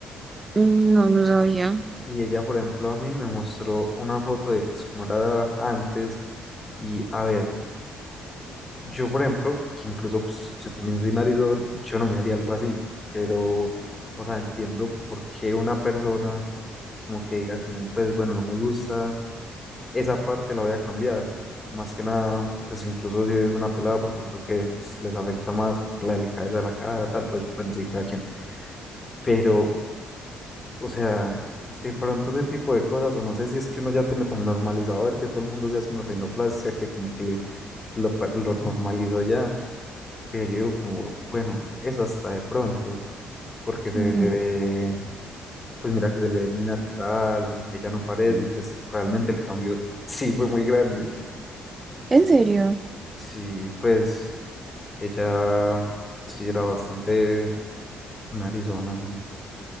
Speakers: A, on the right; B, on the left.
A: no, no sabía.
B: Y ella, por ejemplo, a mí me mostró una foto de pues cómo era antes. Y a ver, yo, por ejemplo, que incluso pues yo también soy narizón, yo no me haría algo así. Pero, o sea, entiendo por qué una persona como que diga como, pues bueno, no me gusta. Esa parte la voy a cambiar. Más que nada, pues incluso si es una pelada, porque creo que pues, les afecta más que por la delicadeza de la cara, tal, pues bueno, sí, cada quien. Pero, o sea, de pronto ese tipo de cosas, o no sé si es que uno ya tiene tan normalizado ver que todo el mundo se hace una rinoplastia, que como que le, lo, fa- lo normalizó ya. Pero yo digo como, bueno, eso hasta de pronto, porque se
A: Ujú.
B: le ve,
A: Porque,
B: pues mira que se le ve muy natural, ella no parece,
A: mm,
B: y pues realmente el cambio <laughs> sí fue muy grande.
A: ¿En serio?
B: Sí, pues. Ella sí era bastante narizona, sí.